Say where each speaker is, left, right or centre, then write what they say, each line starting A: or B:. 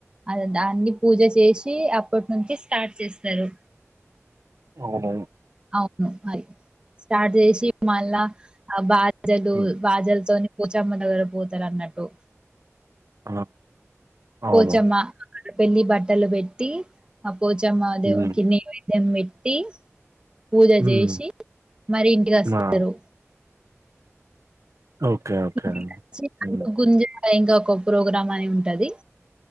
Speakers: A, on the right; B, on the right.
A: అదే దాన్ని పూజ చేసి అప్పటి నుంచి స్టార్ట్ చేస్తారు
B: అవునవును
A: అవును అది స్టార్ట్ చేసి మళ్ళా ఆ బాజలు
B: ఉమ్
A: బాజలుతోని పొచమ్మ దగ్గర పోతారు అన్నట్టు
B: ఆ అవును
A: పోచమ్మ అక్కడ పెళ్లి బట్టలు పెట్టి ఆ పోచమ్మ దేవునికి
B: ఉమ్
A: నేవై ద్యం పెట్టి పూజ
B: ఉమ్
A: చేసి మరి ఇంటికి వస్తారు
B: ఆ ఓకే ఓకే
A: ఇంటికి వచ్చినాక
B: ఉమ్
A: గుంజ అని ఇంకా ఒక ప్రోగ్రాం అని ఉంటది